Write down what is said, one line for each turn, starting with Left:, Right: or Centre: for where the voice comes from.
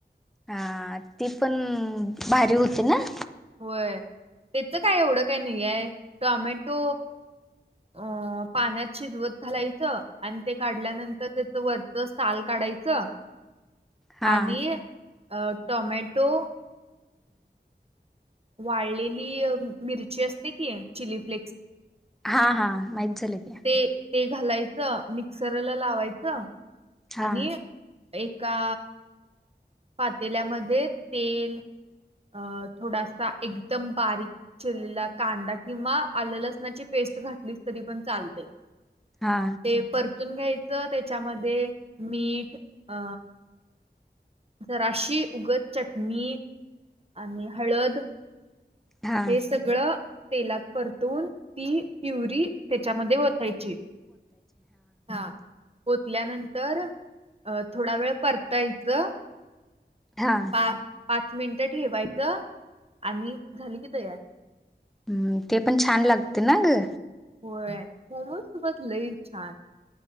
Centre: हा ती पण भारी होती ना
Right: होय त्याच काय एवढं काही नाही आहे टॉमॅटो अ पाण्यात शिजवत घालायचं आणि ते काढल्यानंतर त्याच वरच साल काढायचं
Centre: हा
Right: आणि अ टोमॅटो वाढलेली मिरची असते की चिली फ्लेक्स
Centre: हा हा म जलक
Right: ते ते घालायचं मिक्सरला लावायचं
Centre: हा
Right: आणि एका पातेल्यामध्ये तेल अ थोडासा एकदम बारीक चिरलेला कांदा किंवा आलं लसणाची पेस्ट घातलीस तरी पण चालते
Centre: हा
Right: ते पर तून घ्यायचं त्याच्यामध्ये मीठ अ जराशी उगत चटणी आणि हळद
Centre: हा
Right: हे सगळं तेलात परतून ती प्युरी त्याच्यामध्ये ओतायची हा िकल्यानंतर अ थोडा वेळ परतायचं
Centre: हा
Right: पा पाच च मिनिटं ठेवायचं आणि झाली की तयार
Centre: हम्म ते पण छान लागते ना ग
Right: होय मम सुबत लई छान